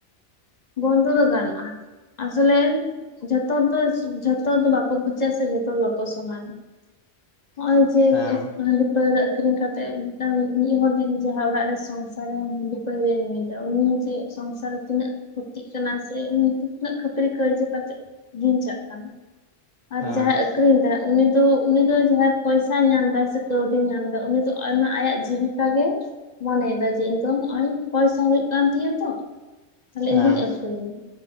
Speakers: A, on the left (about 40°); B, on the right (about 35°).
A: ᱵᱚᱱᱫᱚ ᱫᱚ ᱜᱟᱱᱚᱜ-ᱟ ᱟᱥᱚᱞᱮᱱ ᱡᱷᱚᱛᱚ ᱫᱚ ᱡᱷᱚᱛᱚ ᱫᱚ ᱵᱟᱠᱚ ᱯᱩᱪᱟ ᱥᱮ ᱡᱷᱚᱛᱚ ᱫᱚ ᱵᱟᱠᱚ ᱥᱚᱢᱟᱱ
B: <unintelligible>
A: ᱱᱚᱜ
B: ᱦᱮᱸ
A: ᱚᱭ ᱡᱮ ᱯᱟᱹᱣᱨᱟᱹ ᱟᱠᱷᱨᱤᱧ ᱠᱟᱛᱮᱫ ᱢᱤᱫᱴᱟᱝ ᱢᱤᱫ ᱦᱚᱲ ᱡᱩᱫᱤ ᱡᱟᱦᱟᱸ ᱚᱲᱟᱜ ᱨᱮ ᱥᱚᱝᱥᱟᱨ ᱨᱮ ᱦᱟᱺᱰᱤ ᱯᱟᱹᱣᱨᱟᱹᱭ ᱧᱩᱭ ᱫᱟ ᱩᱱᱤ ᱡᱮ ᱥᱚᱝᱥᱟᱨ ᱨᱮ ᱛᱤᱱᱟᱹᱜ ᱠᱷᱚᱛᱤᱜ ᱠᱟᱱᱟ ᱥᱮ ᱛᱤᱱᱟᱹᱜ ᱠᱷᱟᱹᱯᱟᱹᱨᱤ ᱠᱟᱹᱭᱡᱟᱹ ᱠᱟᱛᱮᱜ ᱫᱤᱱ ᱪᱟᱜ ᱠᱟᱱᱟ ᱟᱨ
B: ᱦᱮᱸ
A: ᱡᱟᱦᱟᱭ ᱟᱹᱠᱷᱨᱤᱧ ᱫᱟ ᱩᱱᱤ ᱫᱚ ᱩᱱᱤ ᱫᱚ ᱡᱟᱦᱟᱸᱭ ᱯᱚᱭᱥᱟᱭ ᱧᱟᱢ ᱫᱟ ᱥᱮ ᱠᱟᱹᱣᱰᱤᱭ ᱧᱟᱢ ᱮᱫᱟ ᱩᱱᱤ ᱫᱚ ᱚᱱᱟ ᱟᱭᱟᱜ ᱡᱤᱵᱤᱠᱟ ᱜᱮ ᱢᱚᱱᱮ ᱫᱚ ᱪᱮᱫ ᱤᱧ ᱫᱚ ᱱᱚᱜᱼᱚᱭ ᱯᱚᱭᱥᱟ ᱦᱩᱭᱩᱜ ᱠᱟᱱ ᱛᱤᱧᱟᱹ ᱛᱚ ᱛᱟᱦᱞᱮ
B: ᱦᱮᱸ
A: ᱤᱧ ᱫᱚᱧ ᱟᱹᱠᱷᱨᱤᱧ